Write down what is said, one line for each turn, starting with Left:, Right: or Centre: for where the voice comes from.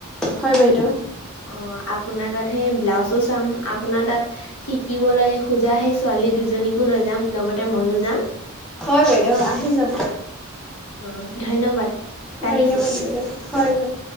Centre: হয় বাইদেউ।
Left: অ' আপোনাৰ তাত সেই ব্লাউজো চাম। আপোনাৰ তাত শিকিবলৈ খোজা সেই ছোৱালী দুজনীকো লৈ যাম লগতে ময়ো যাম।
Centre: হয় বাইদেউ আহি যাব।
Left: অ ধন্যবাদ ৰাখিছো
Centre: ধন্যবাদ, বাইদেউ। হয়, হয়।